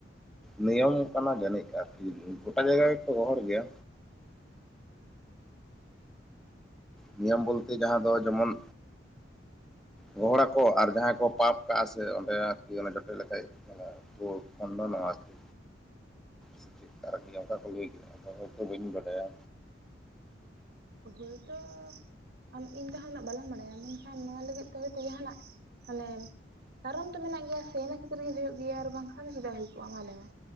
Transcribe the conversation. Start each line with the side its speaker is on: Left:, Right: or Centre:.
Centre: ᱱᱤᱭᱚᱢ ᱠᱟᱱᱟ ᱡᱟᱹᱱᱤᱡ ᱟᱨᱠᱤ ᱜᱚᱴᱟ ᱡᱟᱭᱜᱟ ᱜᱮᱠᱚ ᱜᱚᱦᱚᱲ ᱜᱮᱭᱟ ᱱᱤᱭᱚᱢ ᱵᱚᱞᱛᱮ ᱡᱟᱦᱟᱸ ᱫᱚ ᱡᱮᱢᱚᱱ ᱜᱚᱦᱚᱲ ᱟᱠᱚ ᱟᱨ ᱡᱟᱦᱟᱸᱭ ᱠᱚ ᱯᱟᱯ ᱠᱟᱜ-ᱟ ᱥᱮ ᱚᱸᱰᱮ ᱟᱨᱠᱤ ᱚᱱᱮ ᱡᱚᱴᱮᱫ ᱞᱮᱠᱷᱟ <unintelligible> ᱠᱷᱚᱱᱴᱚᱱᱚᱜ-ᱟ ᱟᱨ ᱠᱤ ᱪᱮᱫ ᱟᱨᱠᱤ ᱚᱱᱠᱟ ᱠᱚ ᱞᱟᱹᱭ ᱜᱮᱭᱟ ᱚᱱᱟ ᱦᱚᱭᱛᱚ ᱵᱟᱹᱧ ᱵᱟᱰᱟᱭᱟ
Right: ᱦᱳᱭ ᱛᱚ ᱟᱢ ᱤᱧ ᱫᱚ ᱡᱟᱦᱟᱱᱟᱜ ᱵᱟᱞᱟᱝ ᱵᱟᱰᱟᱭᱟ ᱢᱮᱱᱠᱷᱟᱱ ᱱᱚᱣᱟ ᱞᱟᱹᱜᱤᱫ ᱛᱮ ᱦᱳᱭᱛᱳ ᱡᱟᱦᱟᱱᱟᱜ ᱢᱟᱱᱮ ᱠᱟᱨᱚᱱ ᱛᱚ ᱢᱮᱱᱟᱜ ᱜᱮᱭᱟ ᱥᱮ ᱤᱱᱟᱹ ᱠᱷᱟᱹᱛᱤᱨ ᱜᱮ ᱦᱩᱭᱩᱜ ᱜᱮᱭᱟ ᱟᱨ ᱵᱟᱝᱠᱷᱟᱱ ᱪᱮᱫᱟᱜ ᱦᱩᱭ ᱠᱚᱜ-ᱟ ᱢᱟ ᱞᱟᱹᱭ ᱢᱮ